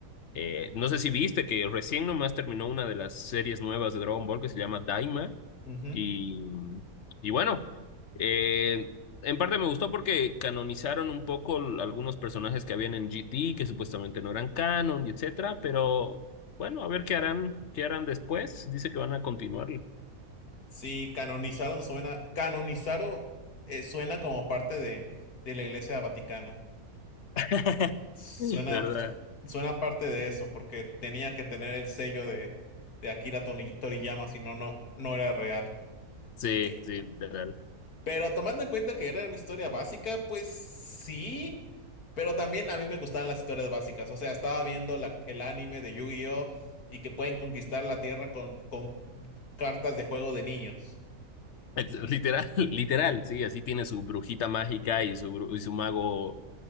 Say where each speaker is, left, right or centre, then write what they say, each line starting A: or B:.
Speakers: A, on the left (about 60°); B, on the left (about 85°).
A: eh, no sé si viste que recién nomás terminó una de las series nuevas de Dragon Ball que se llama Daima.
B: Ujú.
A: Y, y bueno, eh, en parte me gustó porque canonizaron un poco l- algunos personajes que habían en GT, que supuestamente no eran canon, y etcétera, pero bueno, a ver qué harán, qué harán después. Dice que van a continuarlo,
B: Sí, canonizaron suena, canonizaron eh, suena como parte de, de la Iglesia Vaticana.
A: <laughs>
B: Suena,
A: ¿verdad?
B: su- suena parte de eso, porque tenía que tener el sello de, de Akira Toni- Toriyama, si no, no, no era real.
A: Sí,
B: Eh,
A: sí, literal.
B: pero tomando en cuenta que era una historia básica, pues sí, pero también a mí me gustaban las historias básicas. O sea, estaba viendo la- el anime de Yu-Gi-Oh! y que pueden conquistar la Tierra con, con cartas de juego de niños.
A: Es- Literal, <laughs> literal, sí, así tiene su brujita mágica y su, bru- y su mago